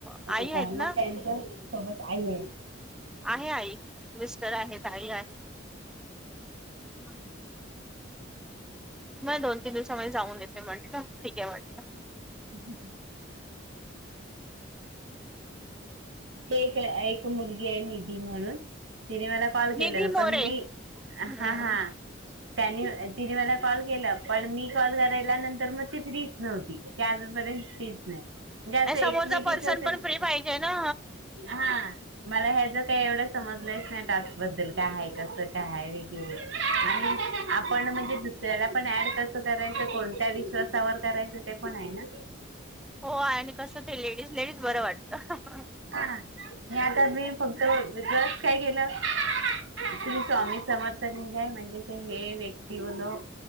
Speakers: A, on the right; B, in the centre.
A: हो
B: आई आहेत
A: का मग
B: ना
A: त्यांच सोबत आई आहे.
B: आहे आई मिस्टर आहेत आई आहे. हम्. म दोन तीन दिवसाांमध्ये जाऊन येते म्हंटलं ठीक आहे म्हटलं.
A: ह् ह ते एक एक मुलगी आहे निधी म्हणून तिने मला. कॉल केलेला
B: निधी
A: पण
B: मोरे
A: मी
B: हम्म
A: हा हा. त्यानी तिने मला कॉल केला पण मी कॉल करायला नंतर मग ती फ्रीच नव्हती. की आजपर्यंत तेच नाही म्हणजे
B: नाही
A: असं
B: समोरचा
A: एकमेकीच
B: पर्सन पण फ्री पाहिजे ना.
A: हा मला ह्याच काही एवढं समजलंच नाही टास्क बद्दल कायय कसं कायय वगैरे. आणि आपण म्हणजे दुसऱ्याला पण ऍड कसं करायचं कोणत्या विश्वासावर करायचं ते. पण आहे ना.
B: हो आणि कसं ते लेडीज लेडीज बरं वाटतं.
A: हा म आता मी फक्त जस काय केलं. अचली स्वामी समर्थ लिहील आहे म्हणजे ते हे व्यक्ती होल.